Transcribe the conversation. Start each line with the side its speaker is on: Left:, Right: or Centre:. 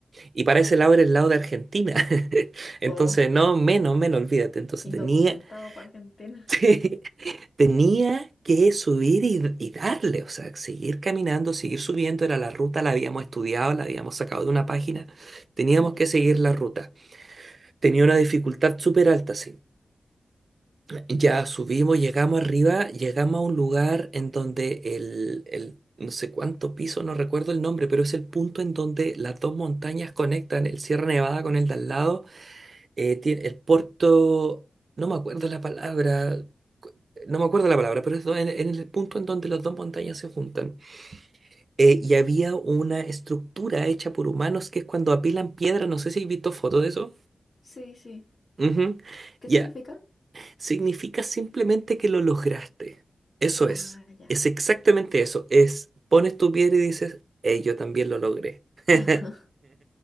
Right: y para ese lado era el lado de Argentina. <laughs> Entonces,
Left: Oh,
Right: no, menos, menos, olvídate. Entonces
Left: indocumentado
Right: tenía,
Left: para Argentina.
Right: <laughs> sí, tenía que subir y, y darle, o sea, seguir caminando, seguir subiendo. Era la ruta, la habíamos estudiado, la habíamos sacado de una página. Teníamos
Left: Ah, ya.
Right: que seguir la ruta. Tenía una dificultad súper alta, sí. Ya subimos, llegamos arriba, llegamos a un lugar en donde el, el no sé cuánto piso, no recuerdo el nombre, pero es el punto en donde las dos montañas conectan, el Sierra Nevada con el de al lado, eh, tiene el puerto, no me acuerdo la palabra, no me acuerdo la palabra, pero es do- en, en el punto en donde las dos montañas se juntan. Eh, y había una estructura hecha por humanos que es cuando apilan piedra, no sé si has visto fotos de eso.
Left: Sí, sí.
Right: Ujú.
Left: ¿Qué
Right: Ya,
Left: significa?
Right: significa simplemente que lo lograste. Eso es,
Left: Ah, ya.
Right: es exactamente eso. Es, pones tu piedra y dices, hey, yo también lo logré. <laughs>
Left: <laughs>